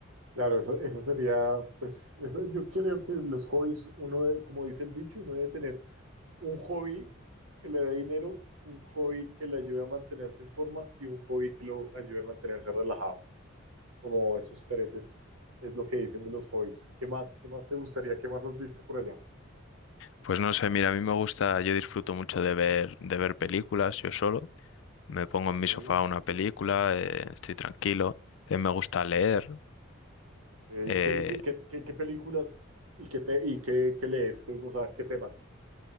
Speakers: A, on the right; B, on the left.
A: Claro, eso, eso sería, pues, eso, yo creo que los hobbies, uno, de- como dice el dicho, uno debe tener un hobby que le dé dinero, un hobby que le ayude a mantenerse en forma y un hobby que lo ayude a mantenerse relajado. Como esos tres es, es lo que dicen de los hobbies. ¿Qué más, qué más te gustaría? ¿Qué más has visto por allá?
B: Pues no sé, mira, a mí me gusta, yo disfruto mucho de ver, de ver películas yo solo. Me pongo en
A: Ok,
B: mi sofá una película, eh, estoy tranquilo. Eh, me gusta leer.
A: ok.
B: eh,
A: ¿Qué, qué- qué- qué- qué películas y qué, te- y qué, qué lees? ¿Qué- O sea, ¿qué temas?